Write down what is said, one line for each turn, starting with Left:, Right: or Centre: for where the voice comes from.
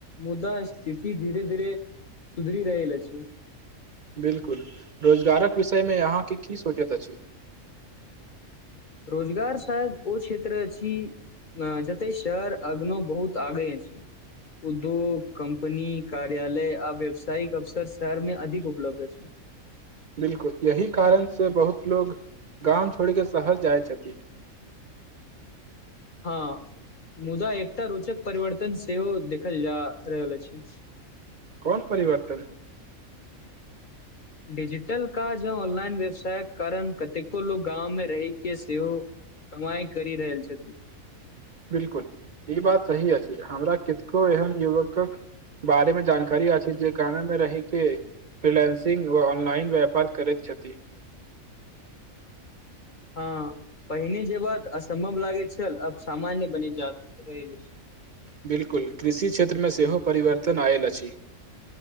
Left: मुदा स्थिति धीरे धीरे सुधरी रहील छी
Right: बिलकुल रोजगारक विषयमे अहाँके की सोचैत अछि
Left: रोजगार शायद ओ क्षेत्र अछि अ जते शहर अग्नो बहुत आगे छै उद्योग कम्पनी कार्यालय आ व्यवसायिक अवसर शहरमे अधिक उपलब्ध छै <inaudible>
Right: बिलकुल यही कारण से बहुत लोग गाम छोड़ कऽ शहर जाइत छथि
Left: हँ मुदा एकटा रोचक परिवर्तन सेहो देखल जा रहल अछि
Right: कौन परिवर्तन
Left: डिजिटल काज ज ऑनलाइन व्यवसायके कारण कतेको लोक गाँव मे रहैके सेहो कमाइ करित
Right: बिलकुल ई बात सही अछि हमरा कितको एहन युवकक बारेमे जानकारी अछि जे गाने मे रहहि के फ्रिलेंसिंग व ऑनलाइन व्यापार करैत छथि
Left: <inaudible> हँ पहिने जेब असम्भव लागैत छल अब सामान्य बनि जायत रहिल छै
Right: बिल्कुल कृषि क्षेत्रमे सेहो परिवर्तन आयल अछि